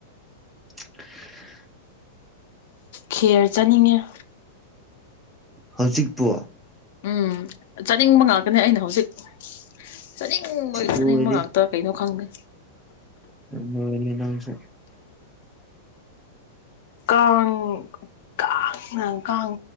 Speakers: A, in the centre; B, on the left (about 55°).
A: inaudible
B: ꯈꯦꯔ ꯆꯥꯅꯤꯡꯉꯦ
A: ꯍꯧꯖꯤꯛꯄꯨ
B: ꯎꯝ ꯆꯥꯅꯤꯡꯕ ꯉꯥꯛꯇꯦꯅꯦ ꯑꯩꯅ ꯍꯧꯖꯤꯛ ꯆꯥꯅꯤꯡꯕꯒꯤ
A: ꯂꯣꯏꯔꯦ
B: ꯆꯥꯅꯤꯡꯕ ꯉꯥꯛꯇ ꯀꯩꯅꯣ ꯈꯪꯗꯦ
A: ꯂꯣꯏꯔꯦ ꯅꯪꯁꯨ
B: ꯀꯥꯡ ꯀꯥꯡꯅ ꯀꯥꯡ